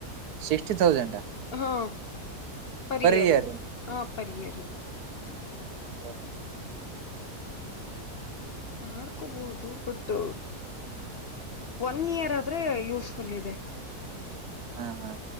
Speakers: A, on the right (about 85°); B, on the left (about 55°).
A: sixty thousand
B: ಹಾ ಪರಿಯರು
A: ಇಯರ್
B: ಹ ಪರಿಯರು
A: ಹ
B: ಮಾಡ್ಕೋಬಹುದು ಬಟ್ ಒನ್ ಇಯರ್ ಅ ಆದ್ರೆ ಯೂಸ್ಫುಲ್ ಇದೆ
A: ಹಾ ಹಾ